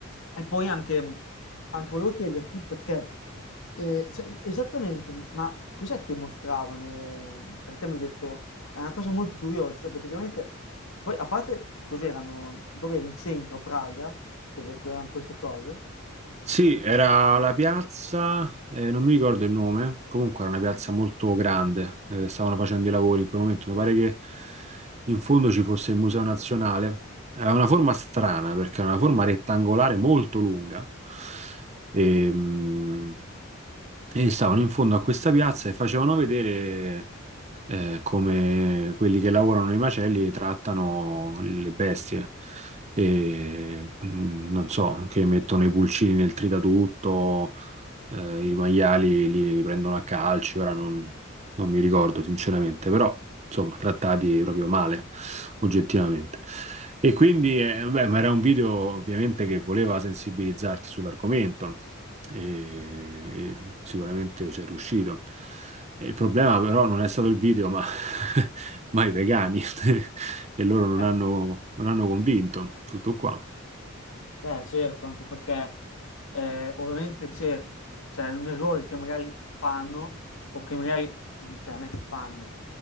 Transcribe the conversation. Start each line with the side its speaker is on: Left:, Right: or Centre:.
Left: e poi anche, anche volevo chiederti perché, eh, cioè, esattamente, ma cos'è che mostravano? Perché te mi hai detto, è una cosa molto curiosa, cioè praticamente poi, a parte, cos'erano, dove in centro, a Praga, che, ve- che erano queste cose?
Right: Sì, era la piazza, eh, non mi ricordo il nome, comunque era una piazza molto grande, eh, stavano facendo i lavori in quel momento, mi pare che in fondo ci fosse il Museo Nazionale, ha una forma strana perché è una forma rettangolare molto lunga e, mm, e stavano in fondo a questa piazza e facevano vedere eh, come quelli che lavorano nei macelli e trattano le bestie. E, mh, non so, che mettono i pulcini nel tritatutto, eh, i maiali li, li prendono a calci, ora non, non mi ricordo sinceramente, però insomma trattati proprio male, oggettivamente. E quindi, eh, beh, ma era un video ovviamente che voleva sensibilizzarti sull'argomento e, e sicuramente ci è riuscito. E Il problema però non è stato il video, ma, <laughs> ma i vegani, <laughs> e loro non
Left: Eh,
Right: hanno, non hanno convinto, tutto qua.
Left: Beh, certo, anche perché eh, ovviamente certo, c'è un errore che magari fanno o che magari, cioè non è che fanno,